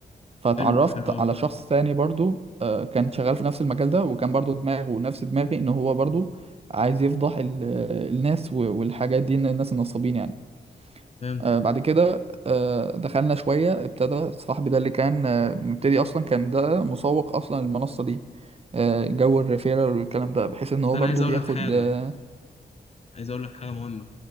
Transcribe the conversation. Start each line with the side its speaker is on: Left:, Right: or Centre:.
Right: فتعرفت
Left: حلو حلو قوي
Right: على شخص تاني برضو آه، كان شغال في نفس المجال ده وكان برضو دماغه نفس دماغي ان هو برضو عايز يفضح ال- الناس والحاجات دي إن الناس النصابين يعني
Left: فهمت
Right: آه، بعد كده آه، دخلنا شوية ابتدى صاحبي ده اللي كان آه، مبتدي أصلا كان ده مسوق أصلا المنصة دي آه، جو الريفيرال والكلام ده بحيث إن
Left: بس
Right: هو
Left: انا
Right: برضو
Left: عايز اقول
Right: بياخد
Left: لك حاجة
Right: آه،
Left: عايز اقول لك حاجة مهمة